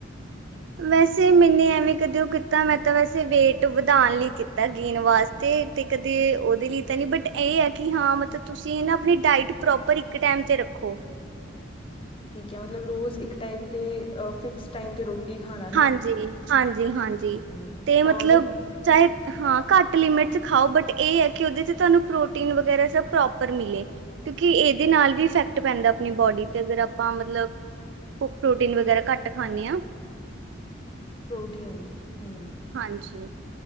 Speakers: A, on the right; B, on the left.
A: ਵੈਸੇ ਮੈਨੇ ਐਵੇਂ ਕਦੇ ਉਹ ਕੀਤਾ ਮੈਂ ਤਾਂ ਵੈਸੇ ਵੇਟ ਵਧਾਉਣ ਲਈ ਕੀਤਾ ਗੇਨ ਵਾਸਤੇ ਤੇ ਕਦੇ ਉਹਦੇ ਲਈ ਤਾਂ ਨਹੀ ਬਟ ਇਹ ਹੈ। ਕਿ ਹਾਂ ਮਤਲਬ ਤੁਸੀਂ ਨਾ ਆਪਣੀ ਡਾਇਟ ਪ੍ਰੋਪਰ ਇੱਕ ਟਾਈਮ ਤੇ ਰੱਖੋ
B: ਠੀਕ ਹੈ ਮਤਲਬ ਰੋਜ਼ ਇੱਕ ਟਾਈਮ ਤੇ ਫਿਕਸ ਟਾਈਮ ਤੇ ਰੋਟੀ ਖਾਣਾ ਹੈ
A: ਹਾਂਜੀ
B: ਨਾ
A: -ਹਾਂਜੀ- ਹਾਂਜੀ
B: ਹੂੰ
A: ਤੇ
B: ਤਾਂ
A: ਮਤਲਬ
B: ਉਹਦੇ
A: ਚਾਹੇ ਹਾਂ ਘੱਟ ਲਿਮਿਟ ਖਾਓ ਬਟ ਇਹ ਹੈ। ਕਿ ਉਹਦੇ ਚ' ਤੁਹਾਨੂੰ ਪ੍ਰੋਟੀਨ ਵਗੈਰਾ ਸਭ ਪ੍ਰੋਪਰ ਮਿਲੇ ਕਿਉਂਕਿ ਇਹਦੇ ਨਾਲ ਵੀ ਇਫੈਕਟ ਪੈਂਦਾ ਆਪਣੀ ਬੋਡੀ ਤੇ, ਅਗਰ ਆਪਾਂ ਮਤਲਬ ਪ੍ਰੋਟੀਨ ਵਗੈਰਾ ਘੱਟ ਖਾਂਦੇ ਹਾਂ
B: ਪ੍ਰੋਟੀਨ ਹੂੰ
A: ਹਾਂਜੀ